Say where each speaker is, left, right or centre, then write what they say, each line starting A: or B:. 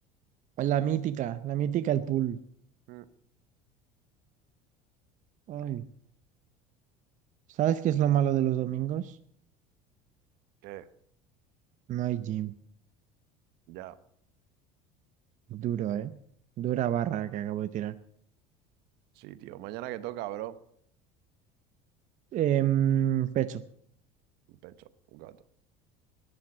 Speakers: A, on the right; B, on the right.
A: La mítica, la mítica, el pool.
B: Mm,
A: Ay, ¿sabes qué es lo malo de los domingos?
B: ¿Qué?
A: No hay gym.
B: Ya.
A: Duro, ¿eh? Dura barra que acabo de tirar.
B: Sí, tío. Mañana que toca, bro.
A: Em, pecho.
B: Un pecho, un gato.